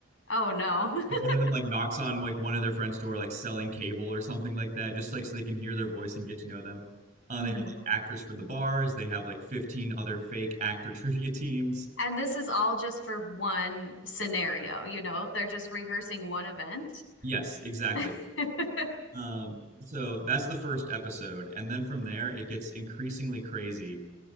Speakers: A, on the left; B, on the right.
A: Oh no.
B: like
A: <laughs>
B: one of them like knocks on like one of their friend's door like selling cable or something like that just like so they can hear their voice and get to know them uh,
A: hmm
B: they have like actors for the bars they have like 15 other fake actor <laughs> trivia teams
A: And this is all just for one scenario, you know? They're just rehearsing one event.
B: yes exactly
A: <laughs>
B: um, so that's the first episode and then from there it gets increasingly crazy